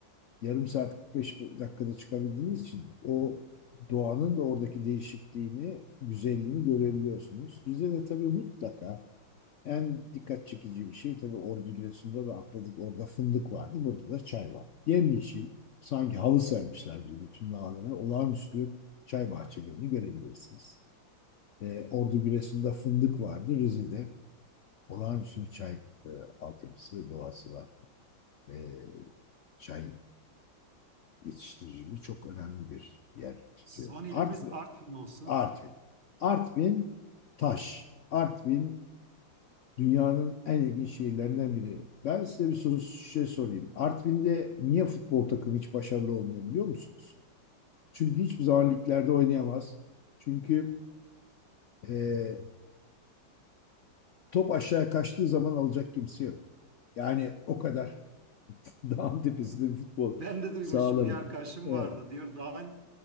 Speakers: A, on the left; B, on the right.
A: yarım saat 45 dakikada çıkabildiğiniz için o doğanın da oradaki değişikliğini, güzelliğini görebiliyorsunuz. Rize'de tabii mutlaka en dikkat çekici bir şey tabii Ordu Giresun'da ve atladık orada fındık vardı. Burada da çay var. Yemyeşil sanki halı sermişler gibi bütün dağlara olağanüstü çay bahçelerini görebilirsiniz. Ee, Ordu Giresun'da fındık vardı. Rize'de olağanüstü bir çay e, altyapısı ve doğası var. Ee, çay Yetiştiriciliği çok önemli bir yer tutuyor.
B: Son ilimiz
A: Artvin,
B: Artvin olsun.
A: Artvin. Artvin taş. Artvin dünyanın en ilginç şehirlerinden biri. Ben size bir soru şey sorayım. Artvin'de niye futbol takımı hiç başarılı olmuyor biliyor musunuz? Çünkü hiçbir zaman liglerde oynayamaz. Çünkü e, top aşağıya kaçtığı zaman alacak kimse yok. Yani o kadar <laughs> dağın tepesinde bir futbol
B: Ben de duymuşum
A: sağlarım.
B: bir arkadaşım
A: Evet.
B: vardı diyor dağın